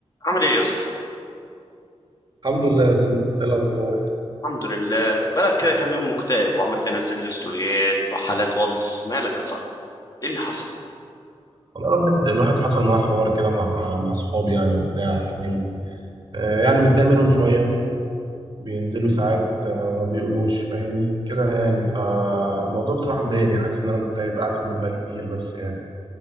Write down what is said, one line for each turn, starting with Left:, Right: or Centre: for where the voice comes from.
Left: عامل ايه يا اسطى
Right: الحمد لله يا سنت ايه الاخبار
Left: الحمد لله بقالك كده كام يوم مكتئب وعمال تنزل لي ستوريات وحالات واتس مالك يا صاحبي ايه اللي حصل
Right: والله الواحد الواحد حصل معاه حوار كده مع مع صحابي يعني وبتاع فاهم آه، يعني متضايق منهم شويه بينزلوا ساعات آه، ما بيقولوش فاهمني كده يعني فالموضوع بصراحه مضايقني حاسس ان انا مكتئب قاعد في البيت بقالي كتير بس يعني